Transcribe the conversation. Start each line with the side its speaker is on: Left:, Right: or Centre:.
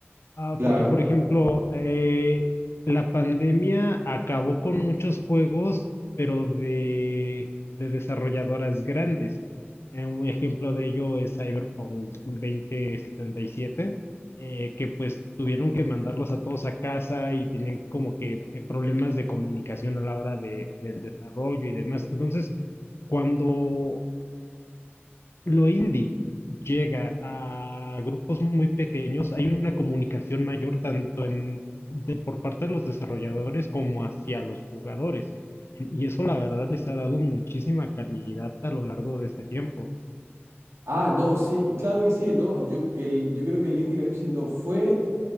Left: Ah,
Right: Claro.
Left: porque por ejemplo, eh, la pandemia acabó con muchos juegos, pero de, de desarrolladoras grandes. Eh, un ejemplo de ello es Cyberpunk 2077, eh, que pues tuvieron que mandarlos a todos a casa y tenían como que eh, problemas de comunicación a la hora de, del desarrollo y demás. Entonces, cuando lo indie llega a grupos muy pequeños, hay una comunicación mayor tanto en, de, por parte de los desarrolladores como hacia los jugadores. En- Y eso la verdad les ha dado muchísima calidad a lo largo de este tiempo.
Right: Ah, no, sí, claro que sí, no, yo el yo creo que el Indicalipsis no fue